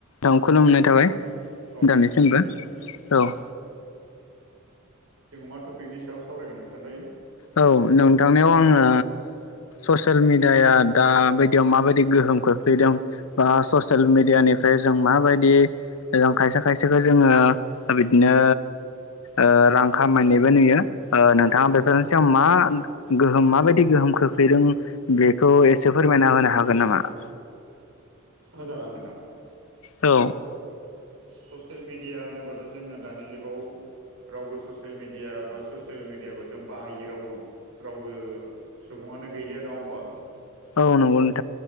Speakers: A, on the left (about 80°); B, on the right (about 85°).
A: थां खुलुमनाय थाबाय नोंथांनिसिमबो
B: औ
A: औ
B: उम
A: ।
B: जोङो मा टपिकनि सायाव सावरायगोन नोंथां दायो
A: औ नोंथांनियाव आङो ओ ससियेल मिडियाया दा बायदियाव माबायदि गो होम खोख्लैदों बा ससियेल मिडियानिफ्राय जों माबायदि जों खायसे खायसेखो जोङो ओ दा बिदिनो ओ रां खामायनायबो नुयो ओ
B: औ
A: नोंथाङा बेफोरनि चोमा मा गोहोम माबायदि गोहोम खोख्लैदों बेखौ एसे फोरमायना होनो हागोन नामा? <inaudible>
B: होजागोन नोंथां
A: औ
B: ससियेल मिडिया होनोबाद'जोङो दानि जुगाव रावबो ससियेल मिडिया बा ससियेल मिडियाबो जों बाहायि रावबो रावबो सुबुङानो गैलिया नङा होमबा
A: औ नंगौ नो